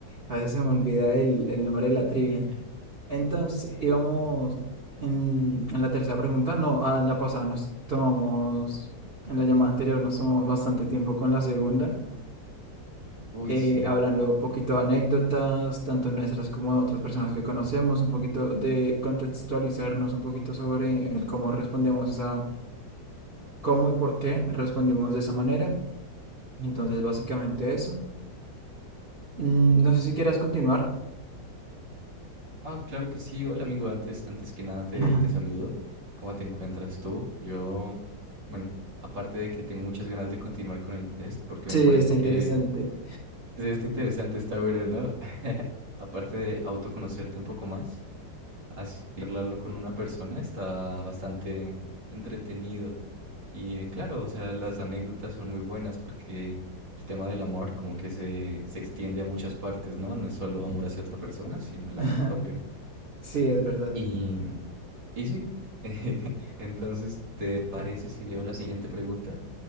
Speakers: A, on the right; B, on the right.
A: a veces se me olvida el, el nombre de la trivia.
B: <laughs>
A: Entonces, íbamos en, en la tercera pregunta, no, ah, en la pasada nos tomamos, en la llamada anterior nos tomamos bastante tiempo con la segunda.
B: Uy,
A: eh,
B: sí.
A: hablando un poquito de anécdotas, tanto nuestras como de otras personas que conocemos, un poquito de contextualizarnos un poquito sobre el cómo respondemos a cómo y por qué respondimos de esa manera. Entonces, básicamente eso. Mm, no sé si quieras continuar.
B: Ah, claro que sí. Hola, amigo. Antes, antes que nada te,
A: <laughs>
B: te saludo. ¿Cómo te encuentras tú? Yo, bueno, aparte de que tengo muchas ganas de continuar con el test, porque
A: Sí,
B: me parece
A: está interesante.
B: que sí, está interesante, está bueno, ¿no? <laughs> Aparte de autoconocerte un poco más. Así hablarlo con una persona está bastante entretenido. Y claro, o sea, las anécdotas son muy buenas porque el tema del amor como que se, se extiende a muchas partes, ¿no? No es solo amor hacia otra persona, sino el
A: <laughs>
B: amor propio.
A: Sí, es verdad.
B: Y, y sí, <laughs> entonces, ¿te parece si leo la siguiente pregunta?